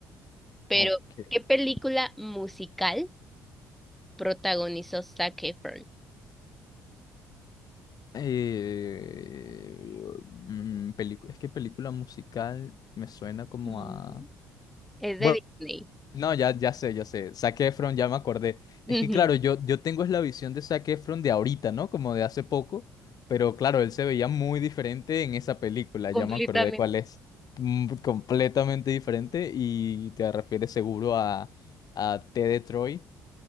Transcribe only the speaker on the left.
Ok.
Eh, mm, pelicu- es que película musical me suena como
a...
Bueno,
no, ya, ya sé, ya sé. Zac Efron, ya me acordé.
Es
que claro, yo, yo tengo es la visión de Zac Efron de ahorita, ¿no? Como de hace poco. Pero claro, él se veía muy diferente en esa película.
Ya me acordé cuál es. Mm, completamente diferente. Y te refieres seguro a, a T. de Troy.